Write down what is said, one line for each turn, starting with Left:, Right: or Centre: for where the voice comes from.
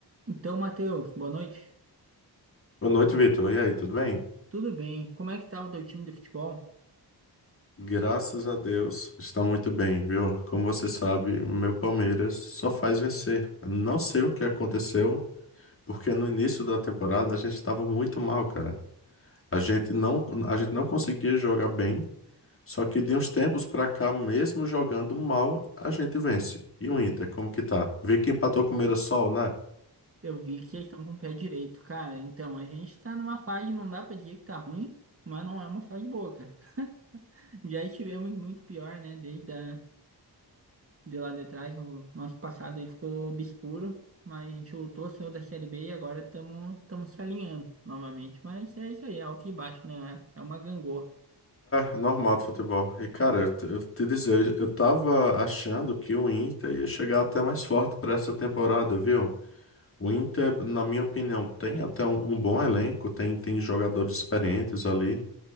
Right: Então, Matheus, boa noite.
Left: Boa noite, Vitor. E aí, tudo bem?
Right: Tudo bem? Como é que tá o teu time de futebol?
Left: Graças a Deus, está muito bem, viu? Como você sabe, meu Palmeiras só faz vencer. Não sei o que aconteceu, porque no início da temporada a gente estava muito mal, cara. A gente não, a gente não conseguia jogar bem, só que de uns tempos pra cá, mesmo jogando mal, a gente vence. E o Inter, como que tá? Vê que empatou com o Mirassol, né?
Right: Eu vi que eles estão com o pé direito, cara. Então, a gente tá numa fase, não dá pra dizer que tá ruim, mas não é uma fase boa, cara. <laughs> Já estivemos muito pior, né? Desde a, de lá de trás, o nosso passado aí ficou obscuro, mas a gente lutou, saiu da Série B e agora estamos se alinhando novamente. Mas é isso aí, é alto e baixo, né? É é uma gangorra.
Left: É, normal do futebol. E, cara, eu, te eu te dizer, eu tava achando que o Inter ia chegar até mais forte para essa temporada, viu? O Inter, na minha opinião, tem até um, um bom elenco, tem, tem jogadores experientes ali.